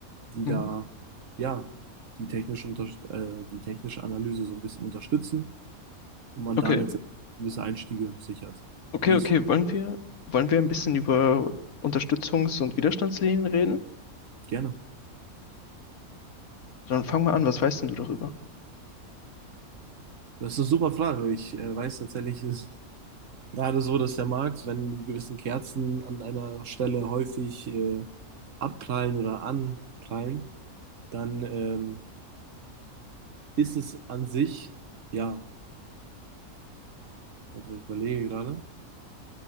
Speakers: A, on the right; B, on the left.
A: die
B: Mhm.
A: da ja die technische, unter äh, die technische Analyse so ein bisschen unterstützen und man
B: Okay,
A: da letztendlich gewisse Einstiege sichert.
B: okay,
A: Wie ist
B: okay.
A: du da?
B: Wollen wir, wollen wir ein bisschen über Unterstützungs- und Widerstandslinien reden?
A: Gerne.
B: Dann fang mal an, was weißt denn du darüber?
A: Das ist eine super Frage. Ich äh, weiß tatsächlich, ist gerade so, dass der Markt, wenn die gewissen Kerzen an einer Stelle häufig äh, abprallen oder anprallen, dann ähm, ist es an sich, ja, also ich überlege gerade,